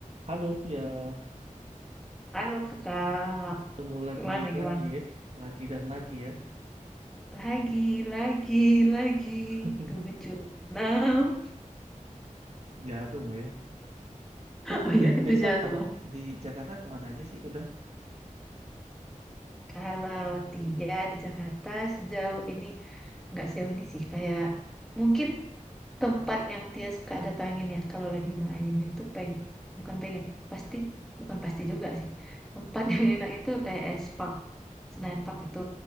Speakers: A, on the right; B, in the centre.
A: Halo Tia,
B: Halo kakak,
A: ketemu lagi
B: gimana gimana?
A: lagi ya, lagi dan lagi ya.
B: Lagi, lagi, lagi,
A: <laughs>
B: tujuh enam. <laughs>
A: Jarum ya. Dia,
B: Oh
A: dia
B: ya itu
A: biasa
B: jarum.
A: kalau di Jakarta kemana aja sih? Udah.
B: Kalau Tia di Jakarta sejauh ini, nggak sejauh ini sih, kayak mungkin tempat yang Tia suka datangin ya, kalau lagi main itu peng, bukan pengen, pasti, bukan pasti juga sih. Tempat <laughs> yang enak itu kayak es Park, Senayan Park itu,